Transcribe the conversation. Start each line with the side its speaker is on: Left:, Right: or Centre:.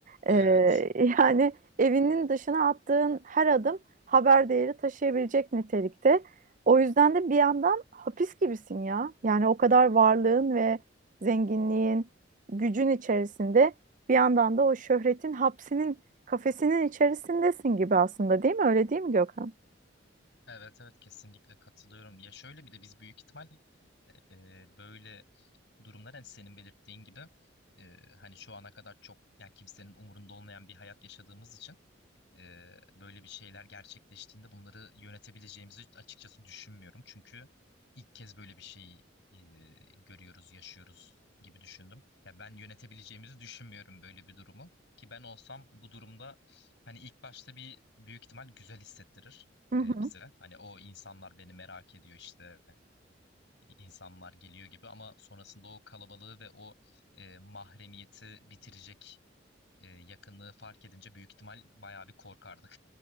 Right: E,
Left: Evet.
Right: <laughs> yani evinin dışına attığın her adım haber değeri taşıyabilecek nitelikte. O yüzden de bir yandan hapis gibisin ya. Yani o kadar varlığın ve zenginliğin gücün içerisinde bir yandan da o şöhretin hapsinin kafesinin içerisindesin gibi aslında değil mi? Öyle değil mi Gökhan?
Left: Evet evet kesinlikle katılıyorum. Ya şöyle bir de biz büyük ihtimal e, böyle durumlar hani senin belirttiğin gibi e, hani şu ana kadar çok yani kimsenin umurunda olmayan bir hayat yaşadığımız için e, böyle bir şeyler gerçekleştiğinde bunları yönetebileceğimizi açıkçası düşünmüyorum. Çünkü ilk kez böyle bir şey e, görüyoruz, yaşıyoruz gibi düşündüm. Ya ben yönetebileceğimizi düşünmüyorum böyle bir durumu. Ki ben olsam bu durumda hani ilk başta bir büyük ihtimal güzel hissettirir
Right: Hı hı.
Left: e, bize. Hani o insanlar beni merak ediyor işte insanlar geliyor gibi ama sonrasında o kalabalığı ve o e, mahremiyeti bitirecek e, yakınlığı fark edince büyük ihtimal bayağı bir korkardım.